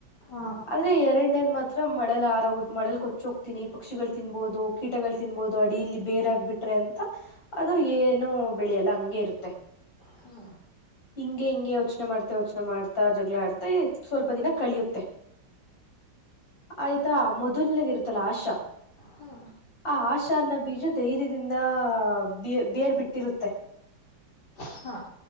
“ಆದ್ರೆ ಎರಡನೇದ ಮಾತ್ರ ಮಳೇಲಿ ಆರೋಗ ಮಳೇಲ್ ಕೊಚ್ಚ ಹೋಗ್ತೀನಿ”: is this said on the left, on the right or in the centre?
Left